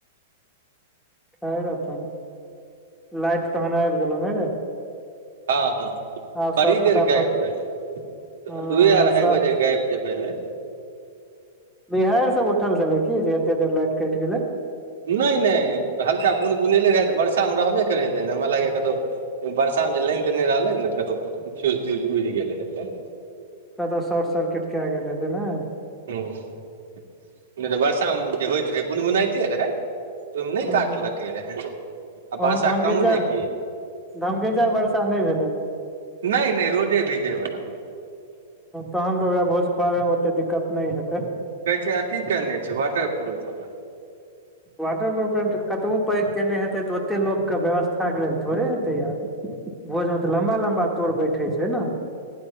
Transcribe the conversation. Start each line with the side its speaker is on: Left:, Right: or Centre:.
Centre: खैर अपन लाइट तहन आबि गेलो नै रे
Right: हँ हँ
Centre: आब
Right: बड़ी
Centre: सब
Right: देर
Centre: फटाफट
Right: गाइब रहे
Centre: ह
Right: दुए अढ़ाइ
Centre: आब सब
Right: बजे गाइब जे भेलहि
Centre: बिहड़ि सब उठल छले की जे एते देर लाइट कटि गेले
Right: नहि नहि हल्का बुन बुनले रहै तऽ वर्षा मे रहबे करै रहए ने हमरा लाग कतौ वर्षा मे जे लानि तऽ नहि रहले ने कतहु फ्यूज उड़ि गेलै हेते
Centre: कतहु शॉर्ट सर्किट कए गेल हेतै ने
Right: हँ नहि तऽ बर्षा मे जे होइत रहै बुनबुनाइते रहै तऽ ओहिमे
Centre: हूँ
Right: नहि काटलकै रहे आ
Centre: तहन
Right: वर्षा
Centre: धमगीजर
Right: कमले की
Centre: धमगीजर बर्षा नहि भेलै
Right: नहि नहि रोडे भींगे बला
Centre: तहन तऽ ओकरा भोज खुआबै मे ओते दिक्कत नहि हेतै
Right: कहै छै अथी केने छै वाटर प्रुफ वला
Centre: वाटरपूफ कतबो पैघ केयने हेतै तऽ ओतेक लोकके व्यवस्थाके लेल थोड़े हेतै आर भोज मे तऽ लम्बा लम्बा तोर बैठे छै ने